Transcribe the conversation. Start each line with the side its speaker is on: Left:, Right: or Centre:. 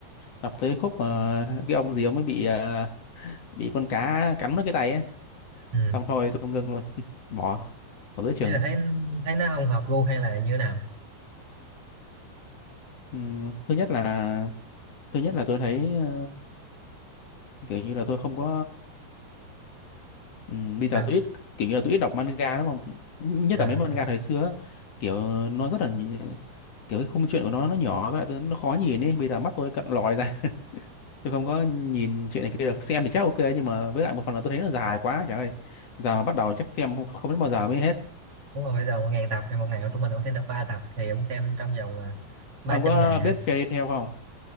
Left: đọc tới khúc mà cái ông gì ông mới bị ờ, bị con cá cắn mất cái tay á
Right: ừ
Left: xong thôi xong ngưng luôn <laughs> bỏ bỏ giữa chừng
Right: thế là thấy thấy nó không hợp gu hay là như thế nào
Left: Ừm, thứ nhất là thứ nhất là tôi thấy ờ, kiểu như là tôi không có ừm, bây giờ
Right: sao
Left: tôi ít kiểu như là tôi ít đọc manga lắm mà nhất
Right: à,
Left: là mấy manga thời xưa á, kiểu nó rất là nhị- kiểu cái khung chuyện của nó nó nhỏ với lại tôi, nó khó nhìn ấy bây giờ mắt tôi cận lòi ra tôi không có nhìn chuyện này kia được xem thì chắc ok nhưng mà với lại một phần là tôi thấy nó dài quá trời ơi giờ mà bắt đầu chắc xem không, không biết bao giờ mới hết
Right: đúng rồi bây giờ một ngàn tập thì một ngày trung bình ông xem được ba tập thì ông xem trong vòng à, ba
Left: ông có
Right: trăm ngày
Left: biết
Right: à.
Left: Fairy Tail không